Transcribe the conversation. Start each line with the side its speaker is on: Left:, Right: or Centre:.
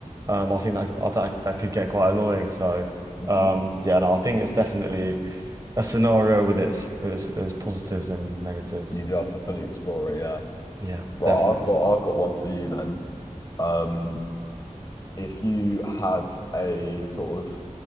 Right: Um, I think that that that could get quite annoying. So
Left: hmm
Right: um, yeah, no, I think it's definitely a scenario with its with its, its positives and negatives.
Left: You do have to fully explore it, yeah.
Right: Yeah.
Left: Right,
Right: Definitely.
Left: I've got I've got one for you then. Um, if you had a sort of